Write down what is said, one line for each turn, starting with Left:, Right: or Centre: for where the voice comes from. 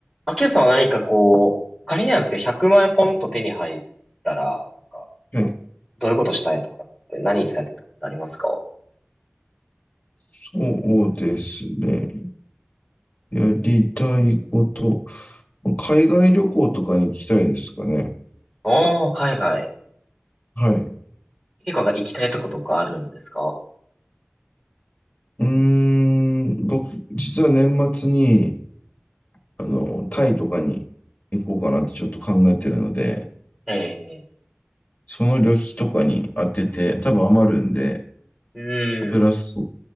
Centre: アキラさんは何かこう、仮になんですけど、100万円ポンと手に入ったら、なんか、
Left: はい。
Centre: どういうことしたいとかって何に使いたいとかってありますか
Left: そうですね。やりたいこと。海外旅行とかに行きたいですかね。
Centre: おー、海外。
Left: はい。う
Centre: 結構なんか行きたいとことかあるんですか
Left: ーん、僕、実は年末に、あの、タイとかに行こうかなってちょっと考えてるので、
Centre: ええ
Left: その旅費とかに当てて、多分余るんで、
Centre: うん。
Left: プラス